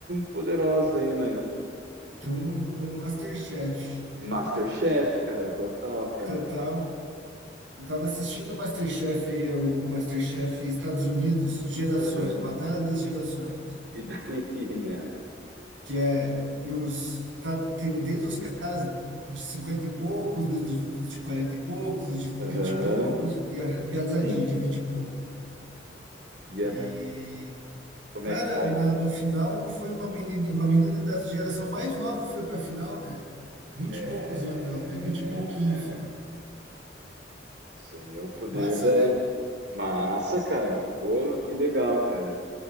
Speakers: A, on the right (about 60°); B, on the right (about 90°).
A: poderosos aí na
B: Então, então um Masterchef.
A: MasterChef, cara. Total, cara.
B: Total. Eu tava assistindo o MasterChef aí, o MasterChef Estados Unidos, Gerações,
A: Aham.
B: Batalha das Gerações,
A: E daí, <laughs> man?
B: que é
A: E-
B: tem os tá, tem desde os caras de 50 e poucos, dos de, dos de 40 e poucos, dos de
A: Aham.
B: 20 e poucos e a piazadinha
A: Sim.
B: de 20 e poucos.
A: E é
B: E
A: Como
B: cara,
A: é que tá aí?
B: na- no final foi uma menina, uma menina da geração mais nova foi pra final, cara. 20
A: É,
B: e poucos anos ela teve, 20 e pouquinhos.
A: meu, isso aí é o poder
B: Massa,
A: da
B: né?
A: massa, cara. Pô, que legal, cara.